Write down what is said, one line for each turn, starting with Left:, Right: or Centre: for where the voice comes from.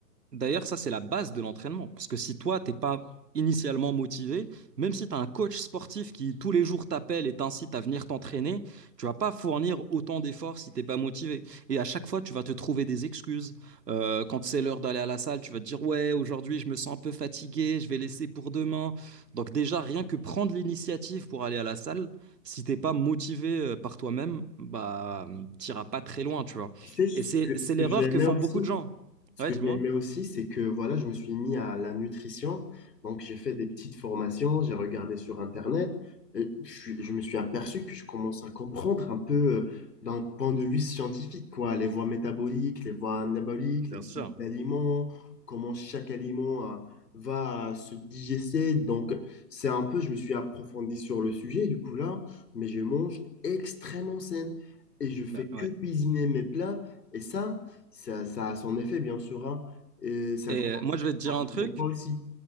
Right: D'ailleurs, ça, c'est la base de l'entraînement. Parce que si toi, t'es pas initialement motivé, même si tu as un coach sportif qui tous les jours t'appelle et t'incite à venir t'entraîner, tu vas pas fournir autant d'efforts si t'es pas motivé. Et à chaque fois, tu vas te trouver des excuses. Euh, quand c'est l'heure d'aller à la salle, tu vas te dire, ouais, aujourd'hui, je me sens un peu fatigué, je vais laisser pour demain. Donc déjà, rien que prendre l'initiative pour aller à la salle, si t'es pas motivé euh, par toi-même, bah, euh, t'iras pas très loin, tu vois.
Left: Tu sais, ce
Right: Et c'est,
Left: que,
Right: c'est
Left: ce que
Right: l'erreur
Left: j'ai
Right: que font
Left: aussi,
Right: beaucoup de gens.
Left: Ce
Right: Ouais,
Left: que
Right: dis-moi.
Left: j'ai aimé aussi, c'est que voilà, je me suis mis à la nutrition. Donc, j'ai fait des petites formations, j'ai regardé sur Internet et je suis- je me suis aperçu que je commence à comprendre un peu euh, d'un point de vue scientifique, quoi, les voies métaboliques, les voies anaboliques,
Right: Bien
Left: les
Right: sûr.
Left: types d'aliments, comment chaque aliment euh, va se digester. Donc, c'est un peu, je me suis approfondi sur le sujet, du coup, là, mais je mange extrêmement sain et je fais
Right: Ben, ouais.
Left: que cuisiner mes plats. Et ça, ça, ça a son effet, bien sûr, hein. Et ça
Right: Et
Left: commence
Right: euh, moi, je vais te dire
Left: forcément
Right: un truc.
Left: pas aussi.